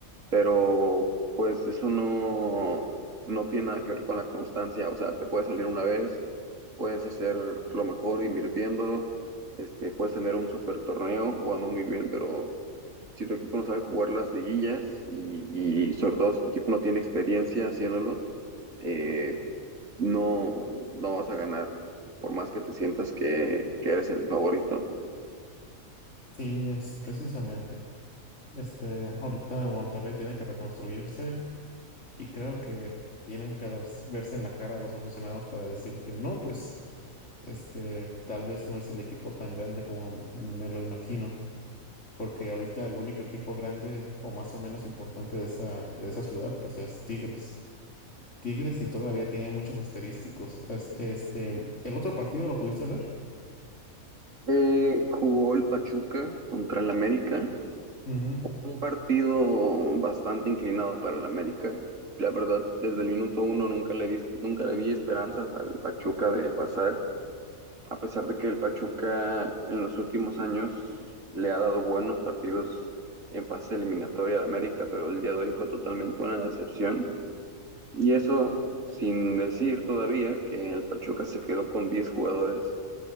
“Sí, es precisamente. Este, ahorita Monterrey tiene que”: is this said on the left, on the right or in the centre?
Left